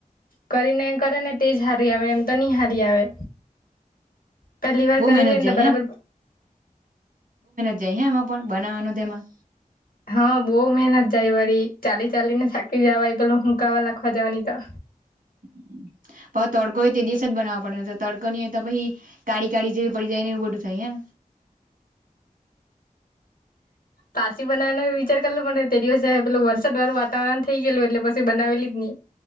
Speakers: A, on the left; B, on the right.
A: કરીને કરે ને તેજ હારી આવે એમ તો નિની હારી આવે પેલી વાર
B: બહુ
A: કરેલીઈને
B: મહેનત જાય
A: બરાબર
B: હે જઈ હ એમાં પણ બનાવાનું તેમાં
A: હા બહુ મહેનત જાય વાળ ચાલી ચાલીને થાકી જવાય પેલો હુંકાવા લખવા જવાની તો
B: હમ પ તડકો હોય તે દિવસ જ બનાવવા પડે તો તડકો નીય તો પછ કાળી કાઢી જેવી પ જાયને એવું બધું જહી
A: પાસીી બનાવાનો વિચાર કરલ મને તે દિવસે પેલું વરસાદ વારું વાવરણ થઈ ગયેલું એટલે પી બનાવેલી જ નહી